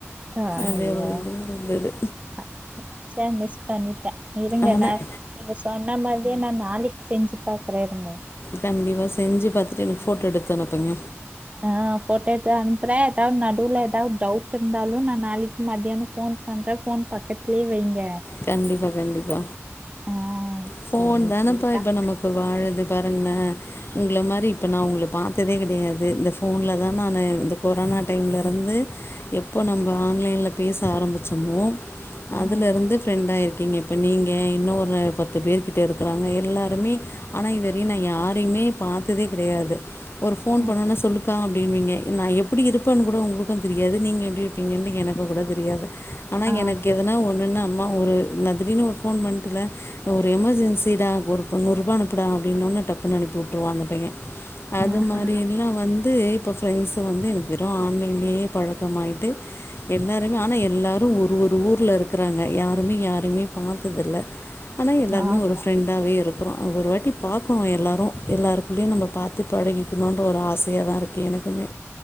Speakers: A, on the right; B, on the left.
A: ஆஹ்
B: அதே
A: ஐயோ
B: ஒரு இதுவாக இருந்தது
A: அ அ <unintelligible> பண்ணிட்ட இருங்கண்ணே
B: ஆனால்
A: நீங்க சொன்ன மாதிரியே நா நான் நாளைக் செஞ்சு பாக்குற இருங்க
B: கண்டிப்பா செஞ்சு பாத்துட்டு எனக்கு ஃபோட்டோ எடுத்து அனுப்புங்க
A: ஆஹ் போட்டோ எடுத்து அனுப்புறே எதாவ்து நடுவுல ஏதாவ்து டவுட் இருந்தாலு நா நாளைக்கு மத்தியானோ ஃபோன் பண்ற ஃபோன் பக்கத்துலயே வைங்க
B: கண்டிப்பா கண்டிப்பா
A: ஆ
B: ஃபோன்தானப்பா
A: சரி, சரி.
B: இப்ப நமக்கு வாழுது பாருங்களே உங்கள மாரி இப்ப நா உங்கள பா த்ததே கிடையாது இந்த ஃபோன்லதா நானு இந்த கொரோனா டைம்லருந்து எப்போ நம்ம ஆன்லைனில் பேச ஆரமிச்சமோ
A: ஆ,
B: அதுல இருந்து ண்டா இருக்கீங்க இப்ப நீங்க இன்னொரு பத்து பேருகிட்ட இருக்கறாங்க எல்லாருமே ஆனா இதுவரையு நா யாரையுமே பாத்ததே கெடையாது ஒரு ஃபோன்
A: அ,
B: பண்ணணுன்னா சொல்லு க்கா அப்டின்னுவீங்க நா எப்படி இருப்பேன்னு கூட உங்களுக்கும் தெரியாது நீங்க எப்டி இருப்பீங்கன்னு எனக்குக்கும் கூட தெரியாது ஆனா
A: ஆ,
B: எனக்கு எதனா ஒண்ணுன்னா அம் ஒரு நா திடீர்னு ஒரு ஃபோன் பண்ட்டுல ஒரு எமர்ஜென்சிடா ஒரு நூரூபா அனுப்புடா அப்டின்னவுடனே டக்குனு அனுப்பி விட்ருவா அந்த பைய அது
A: ஆஹஹா,
B: மாரி எல்லா வந் ந்து இப்ப ஃபிரண்ட்ஸ் வந்து எனக்கு வெறு ஆன்லைன்லயே பழக்கமாயிட்டு எல்லாருமே ஆனா எல்லாரும் ஒரு ஒரு ஊர்ல இருக்கிறாங்க யார் ருமே யாருமே பாத்ததில்ல ஆனா எல்லாருமே
A: ஆமா.
B: ஒரு ஃப்ரெண்டாவே இருக் அப்பறோ அது ஒரு வாட்டி பாக்கணு எல்லாரும் எல்லாருக்குள்ளயு நம்ம பாத்து பழகிக்கணுன்ற ஒரு ஆசையாதா இருக்கு எனக்குமே